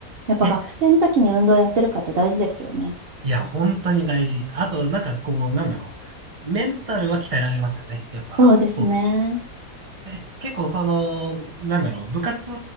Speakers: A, on the right; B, on the right.
A: やっぱ学生の時に運動やってるかって大事ですよね。
B: え、いや、本当に大事。あと、なんかこう、なんだろう。メンタルは鍛えられますよね。やっぱ、
A: そうですね。
B: スポーツ。え結構この、なんだろう、部活